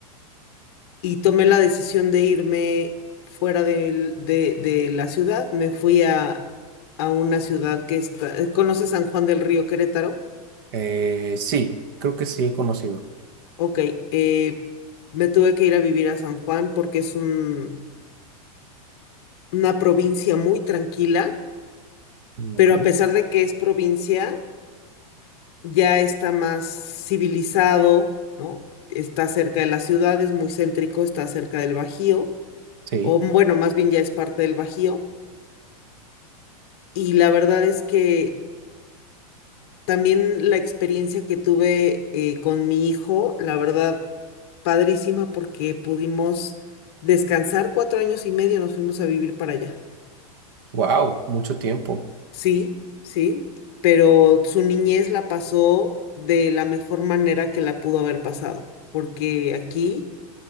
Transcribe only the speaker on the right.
Eh, sí, creo que sí he conocido.
Mm,
Ok,
sí,
wow, mucho tiempo,